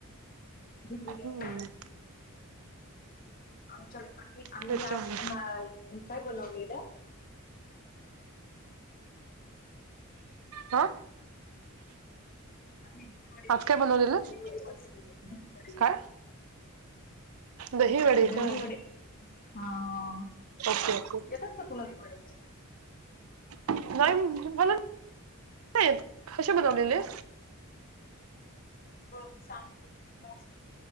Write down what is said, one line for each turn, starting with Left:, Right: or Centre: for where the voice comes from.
Left: बिर्याणी
Right: हम्म
Left: आमच्याकडं आम्ही, आम्ही
Right: त्याच्यामुळे
Left: आज काय बनवलेल?
Right: हा.
Left: आम्ही दहीवडे,
Right: आज काय
Left: आमच्याकडं
Right: बनवलेलंस
Left: दहीवडे दहीवडे
Right: काय? दही वडे
Left: दहीवडे.
Right: काय?
Left: हा.
Right: ओके ओके
Left: येतात का तुला दहिवडे?
Right: नाही, मला नाही येत कसे बनवलेले?
Left: बघ सांगते